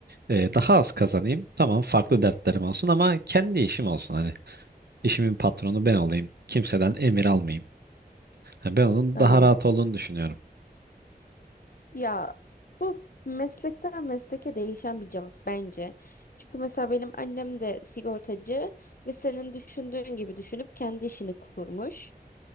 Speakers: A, on the right; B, on the left.
A: e, daha az kazanayım. Tamam farklı dertlerim olsun ama kendi işim olsun. Hani işimin patronu ben olayım. Kimseden emir almayayım. Ha, ben onun
B: Hmm.
A: daha rahat olduğunu düşünüyorum.
B: Ya bu meslekten mesleke değişen bir cevap bence. Çünkü mesela benim annem de sigortacı ve senin düşündüğün gibi düşünüp kendi işini kurmuş.